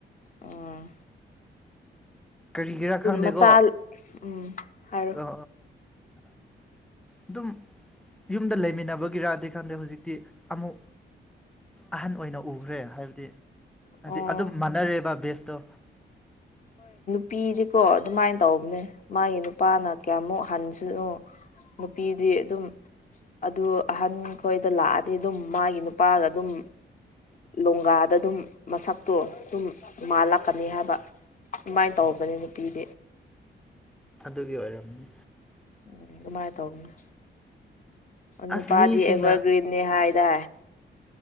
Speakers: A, on the left; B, in the centre.
A: ꯑꯣ
B: ꯀꯔꯤꯒꯤꯔꯥ ꯈꯪꯗꯦꯀꯣ
A: ꯃꯆꯥ ꯎꯝ ꯍꯥꯏꯔꯣ
B: ꯑ ꯑꯗꯨꯝ ꯌꯨꯝꯗ ꯂꯩꯃꯤꯟꯅꯕꯒꯤꯔꯗꯤ ꯈꯥꯟꯗ ꯍꯧꯖꯤꯛꯇꯤ ꯑꯃꯨꯛ ꯑꯍꯟ ꯑꯣꯏꯅ ꯎꯈ꯭ꯔꯦ ꯍꯥꯏꯕꯗꯤ ꯍꯥꯏꯗꯤ
A: ꯑꯣ
B: ꯑꯗꯨꯝ ꯃꯥꯟꯅꯔꯦꯕ ꯕꯦꯁꯇꯣ
A: ꯄꯤꯗꯤꯀꯣ ꯑꯗꯨꯃꯥꯏꯅ ꯇꯧꯕꯅꯦ ꯃꯥꯒꯤ ꯅꯨꯄꯥꯅ ꯀꯌꯥꯃꯨꯛ ꯍꯟꯁꯅꯨ ꯅꯨꯄꯤꯗꯤ ꯑꯗꯨꯝ ꯑꯗꯨ ꯑꯍꯟ ꯈꯣꯏꯗ ꯂꯥꯛꯑꯗꯤ ꯑꯗꯨꯝ ꯃꯥꯒꯤ ꯅꯨꯄꯥꯒ ꯑꯗꯨꯝ ꯂꯣꯡꯒꯥꯗ ꯑꯗꯨꯝ ꯃꯁꯛꯇꯣ ꯑꯗꯨꯝ ꯃꯥꯜꯂꯛꯀꯅꯤ ꯍꯥꯏꯕ ꯑꯗꯨꯃꯥꯏꯅ ꯇꯧꯕꯅꯤ
B: ꯑꯣ ꯑꯣ
A: ꯅꯨꯄꯤꯗꯤ
B: ꯑꯗꯨꯒꯤ ꯑꯣꯏꯔꯝꯅꯤ
A: ꯎꯝ ꯑꯗꯨꯃꯥꯏꯅ ꯇꯧꯅꯤ ꯅꯨꯄꯥꯗꯤ
B: ꯑꯁ ꯃꯤꯁꯤꯡꯅ
A: ꯑꯦꯚꯔꯒ꯭ꯔꯤꯟꯅꯦ ꯍꯥꯏꯗꯥ